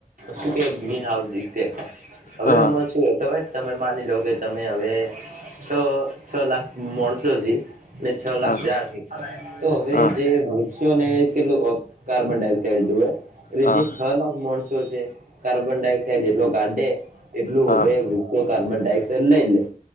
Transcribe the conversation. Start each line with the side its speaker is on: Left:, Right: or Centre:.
Right: શું કેવાય ગ્રીન હાઉસ <unintelligible> હવે
Left: હા
Right: આમાં સુ હોય ખબર તમે માની લો કે તમે હવે છ છ લાખ માણસો જી ને છ લખ
Left: હા
Right: જાય છે તો હવે
Left: હા
Right: જે મુ શો ને કેટલું કાર્બન ડાયોક્સાઇડ જોવે એટલે
Left: હા
Right: જે છ લાખ માણસો છે કાર્બન ડાયોક્સાઇડ જેટલો કાઢે એટલું
Left: હા
Right: હવે તો કાર્બન ડાયોક્સાઇડ લઈ લે